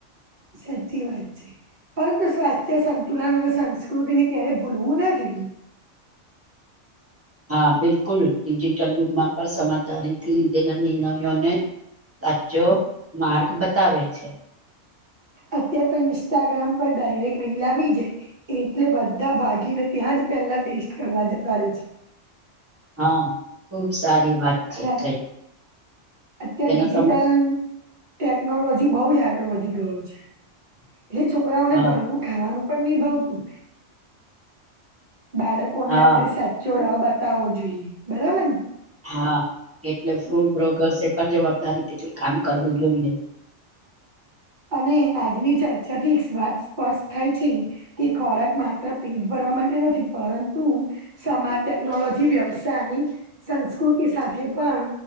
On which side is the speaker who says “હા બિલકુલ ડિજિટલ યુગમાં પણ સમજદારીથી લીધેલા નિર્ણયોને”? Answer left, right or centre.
Right